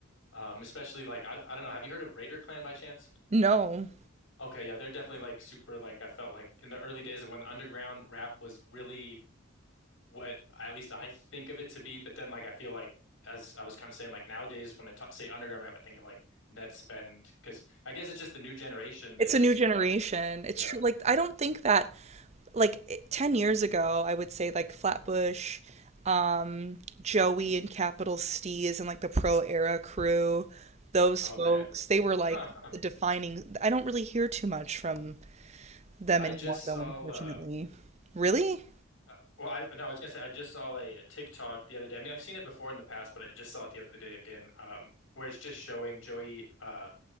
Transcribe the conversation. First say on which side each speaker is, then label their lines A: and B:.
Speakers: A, on the left; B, on the right.
A: Um, especially like I, I don't know, have you heard of Raider Clan by chance?
B: No,
A: Okay, yeah, they're definitely like super like I felt like in the early days of when underground rap was really what I- at least I think of it to be. But then, like, I feel like, as I was kind of saying, like nowadays when I t say underground rap, I think of like net spend because I guess it's just the new generation. They've
B: it's
A: just,
B: a new
A: you
B: generation.
A: know,
B: It's
A: yeah.
B: true. Like I don't think that like it- ten years ago, I would say like Flatbush, um, Joey and Capital Steez and like the Pro Era crew, those
A: Oh
B: folks,
A: man,
B: they were like
A: huh, huh.
B: the defining. I don't really hear too much from them
A: I
B: anymore,
A: just
B: though,
A: saw.
B: unfortunately.
A: Uh,
B: Really?
A: uh, well, I no, I was gonna say I just saw a, a TikTok the other day. I mean, I've seen it before in the past, but I just saw it the other day again, um, where it's just showing Joey. Uh,